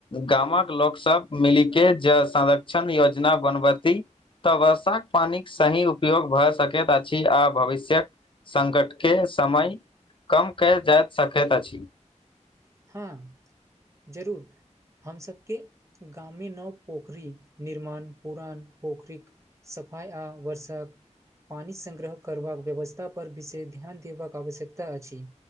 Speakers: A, on the left; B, on the right.
A: गामक लोक सब मिली के जल संर क्षण योजना बनबती। तऽ वर्षाक पानिक सही उपयोग भऽ सकैत अछि आ भविष्यक संकट के समय कम कयल जायत सकैत अछि।
B: हाँ जरूर। हम सबके गाम मे नव पोखरी निर्माण पुरान पोखरिक सफाइ आ बर्षक पानी संग्रह करबाक व्यवस्था पर विशेष ध्यान देबक आवश्यकता अछि।